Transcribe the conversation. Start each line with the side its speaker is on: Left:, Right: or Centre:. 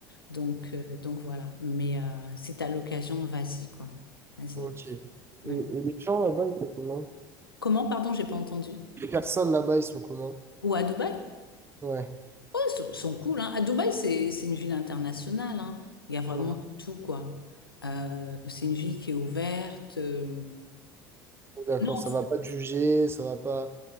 Left: Donc, euh, donc voilà. Mais euh, si t'as l'occasion, vas-y, quoi. Vas-y.
Right: Ok. Et,
Left: Ouais.
Right: et les gens là-bas, ils sont comment?
Left: Comment, pardon, j'ai pas entendu?
Right: Les personnes là-bas, ils sont comment?
Left: Ou à Dubaï?
Right: Ouais.
Left: Oh, ils sont sont cool, hein. À Dubaï, c'est c'est une ville internationale, hein. Il y a vraiment
Right: Mhm.
Left: tout, quoi. Euh, c'est une ville qui est ouverte. euh,
Right: D'accord,
Left: Non,
Right: ça va pas te juger, ça va pas.